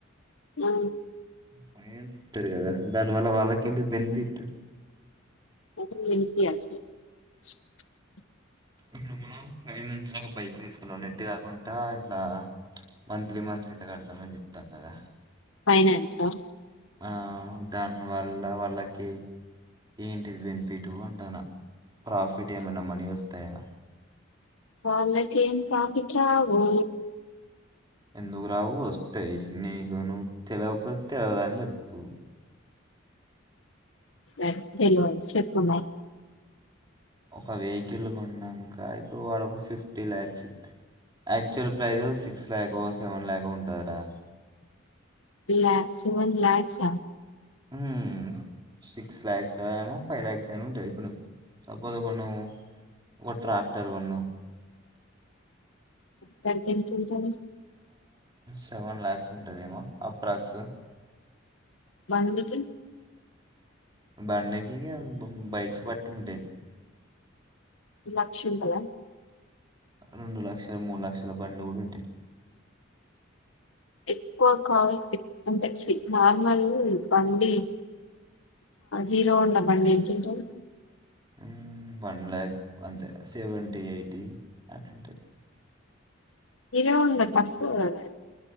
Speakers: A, on the left (about 80°); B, on the right (about 20°).
A: ఆ
B: ఫైనాన్స్ ఇస్తారు. గాదా దానివల్ల వాళ్ళకు ఏంటిది. బెనిఫిట్
A: అవసరం <unintelligible>
B: ఇగా మనం ఫైనాన్స్ లో ఒక బైక్ తీసుకున్నాం. నెట్ కాకుండా ఇట్లా మంత్లీ మంత్లీ ఇట్లా కడతామని చెప్తాము. గాదా
A: ఫైనాన్సా
B: ఆ దానివల్ల వాళ్ళకి ఏంటిది బెనిఫిట్ అంటాన్న ప్రాఫిట్ ఏమైనా మనీ వొస్తాయా
A: వాళ్ళకి ఏం ప్రాఫిట్ రావు
B: ఎందుకు రావు వస్తాయి. నీకు నువ్వు తెలవకపోతే తెలవదాని జేప్పు
A: సరే తెలివది చెప్పు మరి
B: ఒక వెకిల్ కొన్నాంక ఇప్పుడు వాడ ఒక ఫిఫ్టీ ల్యాక్స్ ఇత్తే యాక్చువల్ ప్రైస్ సిక్స్ ల్యాకో సెవెన్ ల్యాకో ఉంటదిరా
A: ల్యాక్స్ వన్ ల్యాక్స్
B: హ్ సిక్స్ అయినా ఫైవ్ లక్స్ అయినా ఉంటది ఇప్పుడు సపోజ్ ఒక నువ్వు ఒక ట్రాక్టర్ కొన్నావు.
A: గంత ఎందుకుంటది
B: సెవెన్ ల్యాక్స్ ఉంటది. ఏమో అప్రాక్స్
A: బండికీ
B: బండికి బైక్స్ బట్టి ఉంటాయి.
A: లక్ష ఉంటద
B: రెండు లక్షలు మూడు లక్షల బండ్లు కూడా ఉంటాయి.
A: ఎక్కువ కార్ ఏ ఉంటయి. సి నార్మల్ బండి హీరో హోండా బండి ఏంత ఉంటది.
B: హ్ వన్ లాక్ అంతే సెవెంటీ ఎయిటీ అట్లా ఉంటాయి.
A: హీరో హోండా తక్కువ గాదా